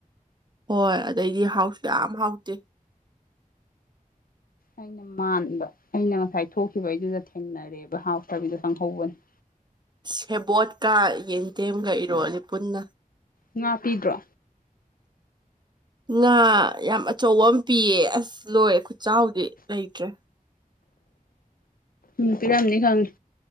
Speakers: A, on the right (about 30°); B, on the left (about 75°).
A: ꯍꯣꯏ ꯑꯗꯩꯗꯤ ꯍꯥꯎꯁꯨ ꯌꯥꯝ ꯍꯥꯎꯇꯦ
B: ꯑꯩꯅ ꯃꯥꯟꯕ ꯑꯩꯅ ꯉꯁꯥꯏ ꯊꯣꯛꯈꯤꯕꯩꯗꯨꯗ ꯊꯦꯡꯅꯔꯦꯕ ꯍꯥꯎꯇꯕꯤꯗꯣ ꯆꯪꯍꯧꯕꯅꯤ
A: ꯁꯦꯕꯣꯠꯀ ꯌꯦꯟꯗꯦꯝꯒ ꯏꯔꯣꯜꯂꯦ ꯄꯨꯟꯅ
B: ꯉꯥ ꯄꯤꯗ꯭ꯔꯣ
A: ꯉꯥ ꯌꯥꯝ ꯑꯆꯧꯕ ꯑꯝ ꯄꯤꯌꯦ ꯑꯁ ꯂꯣꯏꯔꯦ ꯈꯨꯠꯆꯥꯎꯗꯤ ꯂꯩꯇ꯭ꯔꯦ
B: ꯎꯝ ꯄꯤꯔꯝꯅꯤ ꯈꯪꯉꯦ